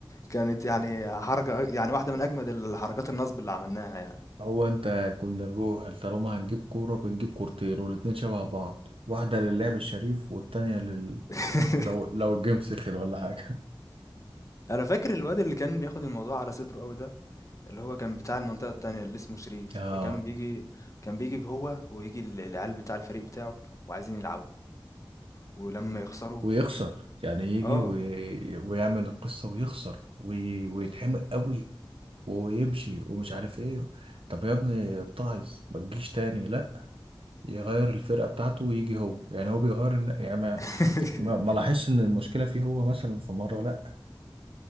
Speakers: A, on the left; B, on the right.
A: كانت يعني حركة يعني واحدة من أجمد الحركات النصب اللي عملناها يعني.
B: هو انت كنا نروح طالما هنجيب كورة بنجيب كورتين والاتنين شبه بعض واحدة للعب الشريف والتانية لل...
A: <laughs>
B: لو لو الجيم سخن ولا حاجة
A: انا فاكر الواد اللي كان بياخد الموضوع على صدره قوي ده اللي هو كان بتاع المنطقه التانية اللي اسمه شريف
B: <laughs> اه
A: فكان بيجي كان بيجي هو ويجي ال- العيال بتاع الفريق بتاعه وعايزين يلعبوا ولما يخسروا
B: ويخسر يعني يجي
A: اه
B: وي... ويعمل القصة ويخسر وي... ويتحمق قوي ويمشي ومش عارف ايه طب يا ابني اتعظ ما تجيش تاني لا يغير الفرقة بتاعته ويجي هو يعني هو بيغير الن- يعني ما,
A: <laughs>
B: ما ما لاحظش ان المشكلة فيه هو مثلا في مرة لا